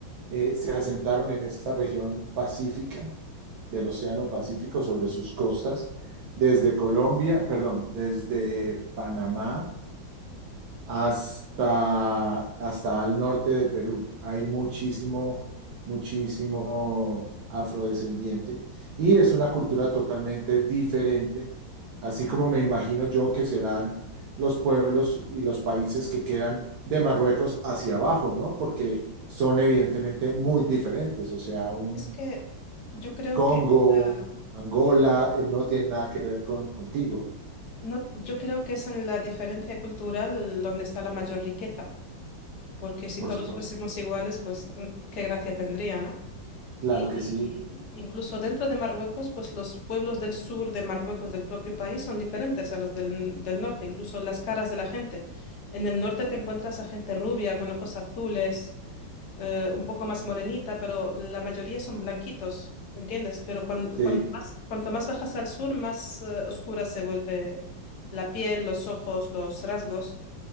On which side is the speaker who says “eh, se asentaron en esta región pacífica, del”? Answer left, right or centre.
Right